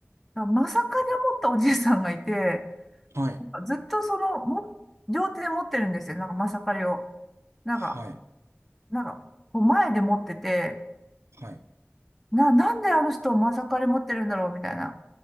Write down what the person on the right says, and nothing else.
はい。
はい。
はい。